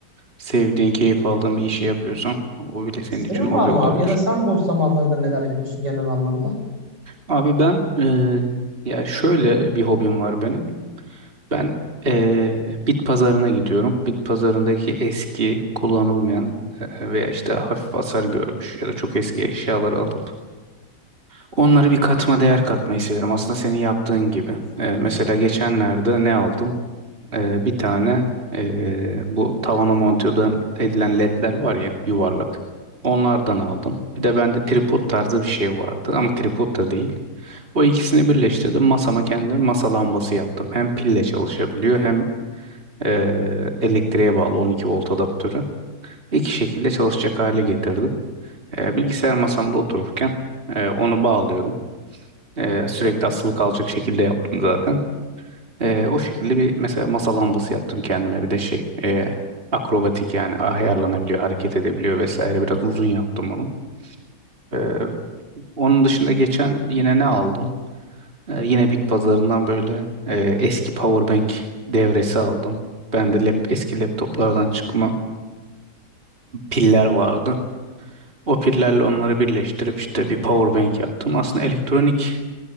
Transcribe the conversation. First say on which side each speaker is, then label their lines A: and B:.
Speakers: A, on the right (about 35°); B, on the right (about 85°).
A: Sevdiğin, keyif aldığın bir işi yapıyorsan o bile senin
B: Senin
A: için hobi
B: var mı
A: olabilir.
B: abi? Ya da sen boş zamanlarda neler yapıyorsun genel anlamda?
A: Abi ben eee, ya şöyle bir hobim var benim. Ben eee, bit pazarına gidiyorum. Bit pazarındaki eski, kullanılmayan eee, veya işte hafif hasar görmüş ya da çok eski eşyaları alıp onları bir katma değer katmayı seviyorum. Aslında senin yaptığın gibi. Eee, mesela geçenlerde ne aldım? Ee, bir tane ee, bu tavana monte edilen ledler var ya yuvarlak. Onlardan aldım. Bir de bende tripod tarzı bir şey vardı ama tripod da değil. O ikisini birleştirdim. Masama kendim masa lambası yaptım. Hem pille çalışabiliyor hem ee, elektriğe bağlı 12 volt adaptörü. İki şekilde çalışacak hale getirdim. Ee, bilgisayar masamda otururken ee, onu bağlıyorum. Ee, sürekli asılı kalacak şekilde yaptım zaten. Ee, o şekilde bir mesela masa lambası yaptım kendime. Bir de şey e, akrobatik yani ayarlanabiliyor, hareket edebiliyor vesaire. Biraz uzun yaptım onu. Ee, onun dışında geçen yine ne aldım? Ee, yine bit pazarından böyle e, eski powerbank devresi aldım. Bende lap, eski laptoplardan çıkma piller vardı. O pillerle onları birleştirip işte bir powerbank yaptım. Aslında elektronik